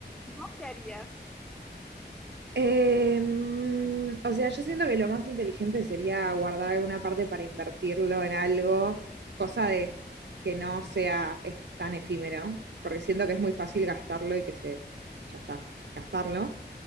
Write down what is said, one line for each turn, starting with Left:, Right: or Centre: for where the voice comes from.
Centre: ¿Y vos qué harías?
Right: Em, o sea, yo siento que lo más inteligente sería guardar alguna parte para invertirlo en algo, cosa de que no sea ef- tan efímero, porque siento que es muy fácil gastarlo y que se, ya está, gastarlo.